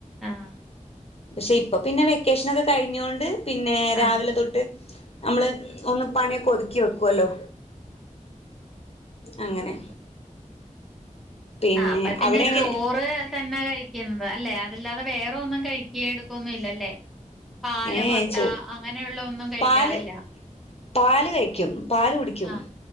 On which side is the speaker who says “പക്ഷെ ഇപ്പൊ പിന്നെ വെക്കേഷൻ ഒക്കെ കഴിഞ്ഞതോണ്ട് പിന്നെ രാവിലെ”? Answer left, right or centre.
Left